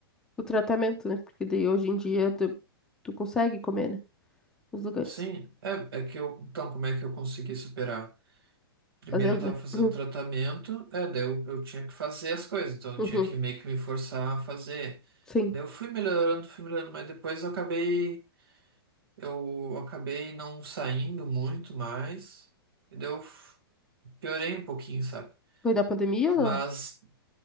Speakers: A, in the centre; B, on the right.
A: o tratamento, né? Porque daí hoje em dia tu, tu consegue comer, né? Nos lugares.
B: Sim, é, é que eu. Então, como é que eu consegui superar? Primeiro
A: Fazenda.
B: eu tava fazendo
A: Uhum,
B: tratamento, é, daí eu, eu tinha que fazer as coisas, então eu
A: uhum,
B: tinha que meio que me forçar a fazer.
A: sim.
B: Daí eu fui melhorando, fui melhorando, mas depois eu acabei. Eu acabei não saindo muito mais, e daí eu f- piorei um pouquinho, sabe?
A: Foi da pandemia ou
B: Mas.
A: não?